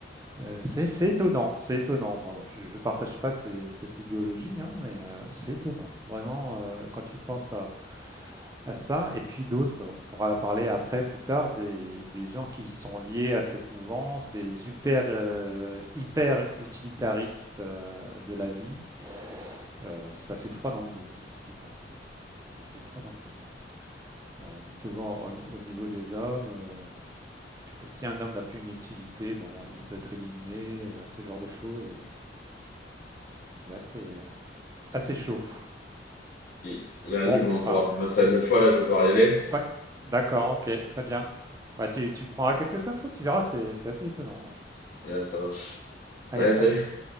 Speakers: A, on the right; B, on the left.
A: euh, c'est c'est étonnant. C'est étonnant. Bon, je, ne partage pas ces- cette idéologie, hein, mais euh, c'est étonnant. Vraiment, euh, quand tu penses à, à ça, et puis d'autres, on pourra parler après, plus tard, des, des gens qui sont liés à cette mouvance, des hyper euh, hyper utilitaristes euh, de la vie. Euh, ça fait froid dans le dos, hein, ce qu'ils pensent. hein. Ça fait froid dans le dos. hein euh, ni devant au, ni- au niveau des hommes, euh, que si un homme n'a plus une utilité, bon, il peut être éliminé, euh, ce genre de choses. euh, C'est assez, euh, assez chaud.
B: Mm. Vas-y,
A: Bon,
B: bon, on
A: enfin,
B: pourra plus voir ça une autre fois. Là, je vais devoir y aller.
A: ouais, d'accord, ok, très bien. Bah, tu, tu prendras quelques infos, tu verras, c'est c'est assez étonnant. ouais.
B: Ouais, ça marche.
A: Allez,
B: Ouais, salut.
A: à plus.